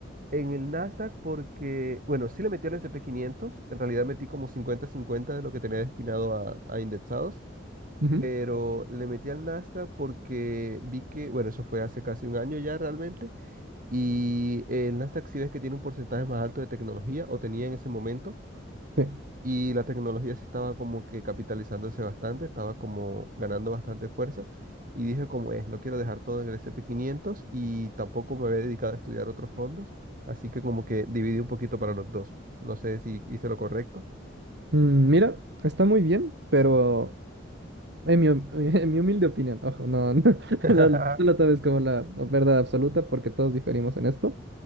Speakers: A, on the right; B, on the right.
A: En el Nasdaq porque, bueno, sí le metí al S&P 500, en realidad metí como 50-50 de lo que tenía destinado a, a indexados,
B: Ujú.
A: pero le metí al Nasdaq porque vi que, bueno, eso fue hace casi un año ya realmente, y el Nasdaq sí ves que tiene un porcentaje más alto de tecnología, o tenía en ese momento,
B: Sí.
A: Y la tecnología sí estaba como que capitalizándose bastante, estaba como ganando bastante fuerza. Y dije como es, no quiero dejar todo en el S and P quinientos y tampoco me había dedicado a estudiar otros fondos. Así que como que dividí un poquito para los dos. No sé si hice lo correcto.
B: Mm, Mira, está muy bien, pero En mi, hum- <laughs> en mi humilde opinión, ojo, no, no, <laughs>
A: <laughs>
B: no, lo no lo tomes como la verdad absoluta porque todos diferimos en esto,